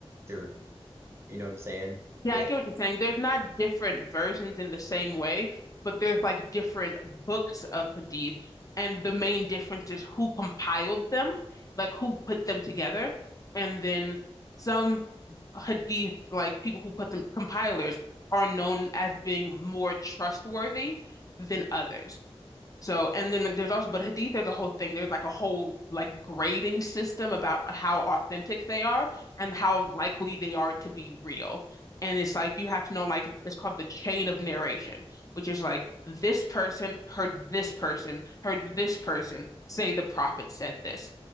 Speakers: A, on the right (about 25°); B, on the left (about 35°).
A: there, you know what I'm saying?
B: Yeah,
A: What
B: I get what you're saying. There's not different versions in the same way, but there's like different books of hadith, and the main difference is who compiled them, like who put them together, and then some hadith, like people who put them compilers, are known as being more trustworthy than others. So, and then there's also, but Hadith, there's a whole thing. There's like a whole like grading system about how authentic they are and how likely they are to be real. And it's like you have to know like it's called the chain of narration, which is like this person heard this person, heard this person say the prophet said this.